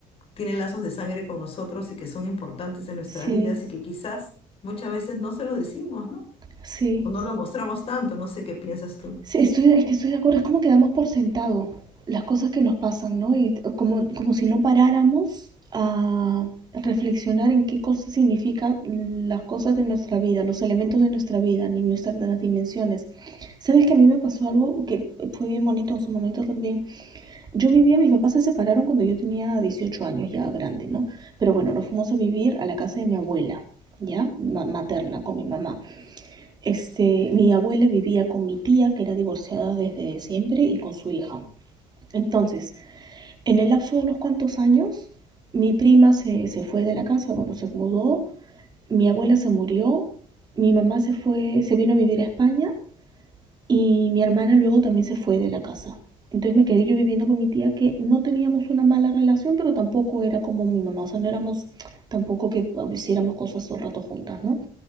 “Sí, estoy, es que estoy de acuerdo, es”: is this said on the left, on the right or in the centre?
Right